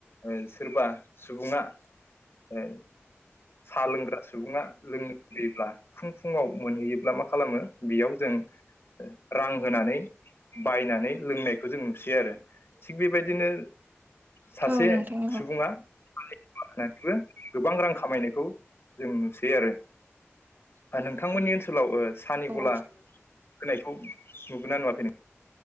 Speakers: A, on the left; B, on the right.
A: ओ सोरबा सुबुङा ओ सा लोंग्रा सुबुङा लोंनो लुबैयोब्ला फुं फुङाव मोनहैयोब्ला मा खालामो बेयाव जों रां होनानै बायनानै लोंनायखौ जों नुसै आरो। थिग बेबायदिनो सासे
B: औ नोंथां औ
A: सुबुङा <unintelligible> होनानैबो गोबां रां खामायनाय खौ जों नुसै आरो ओ नोंथांमोननि ओन्सोलाव ओ सानि
B: औ
A: गला होनायखौ नुुगोना नुवाखै नों